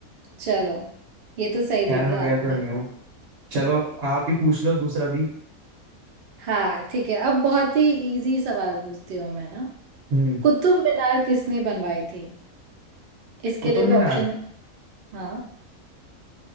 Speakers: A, on the right; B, on the right.
A: चलो ये तो सही दे
B: खैर
A: दिया
B: मैं गया
A: आपने
B: तो नहीं हूँ चलो आप ही पूछ लो दूसरा भी
A: हाँ ठीक है अब बहुत ही इजी सवाल पूछती हूँ मैं ना
B: हम्म
A: कुतुब मीनार किसने बनवाई थी इसके
B: कुतुब
A: लिए भी
B: मीनार
A: ऑप्शन हाँ